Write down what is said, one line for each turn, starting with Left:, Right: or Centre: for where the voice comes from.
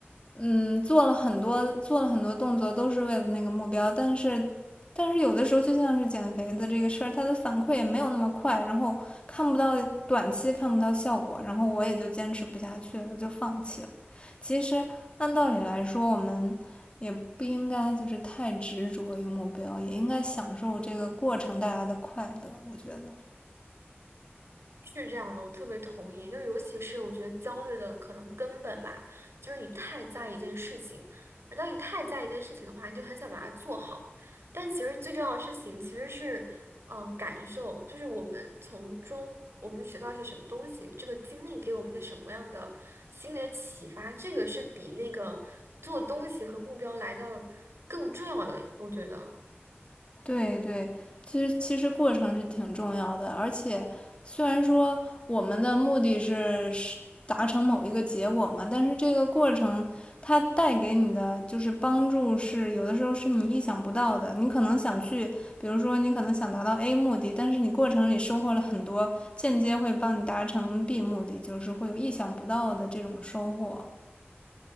Left: 嗯，做了很多做了很多动作，都是为了那个目标，但是但是有的时候就像是减肥的这个事儿，它的反馈也没有那么快，然后看不到短期看不到效果，然后我也就坚持不下去了，就放弃了。其实按道理来说，我们也不应该就是太执着于目标，也应该享受这个过程带来的快乐，我觉得。
Right: 是这样的，我特别同意。就尤其是我觉得焦虑的可能根本吧，就是你太在意一件事情，而当你太在意一件事情的话，你就很想把它做好。但其实最重要的事情其实是，呃，感受，就是我们从中我们学到一些什么东西，这个经历给我们一些什么样的心理的启发，这个是比那个做东西和目标来的更重要的，我觉得。
Left: 对对，其实其实过程是挺重要的，而且虽然说我们的目的是是达成某一个结果嘛，但是这个过程它带给你的就是帮助是有的时候是你意想不到的。你可能想去，比如说你可能想达到 A 目的，但是你过程里收获了很多间接会帮你达成 B 目的，就是会有意想不到的这种收获。